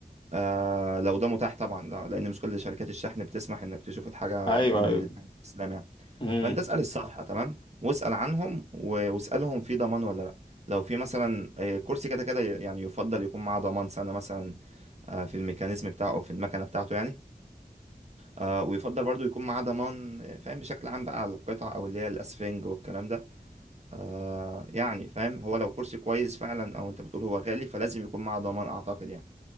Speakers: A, on the right (about 45°); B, on the left (about 30°).
A: آه لو ده متاح طبعا لا لان مش كل شركات الشحن بتسمح انك تشوف الحاجه
B: ايوه
A: عند
B: ايوه
A: ال- عند الاسلام يعني
B: مم.
A: فانت اسال الصفحه تمام واسال عنهم و- واسالهم في ضمان ولا لا لو في مثلا آه، كرسي كده كده يعني يفضل يكون معاه ضمان سنه مثلا آه، في الميكانيزم بتاعه او في المكنه بتاعته يعني آه، ويفضل برضو يكون معاه ضمان آه، فاهم بشكل عام بقى على القطع او اللي هي الاسفنج والكلام ده آه، يعني فاهم هو لو كرسي كويس فعلا او انت بتقول هو غالي فلازم يكون معاه ضمان اعتقد يعني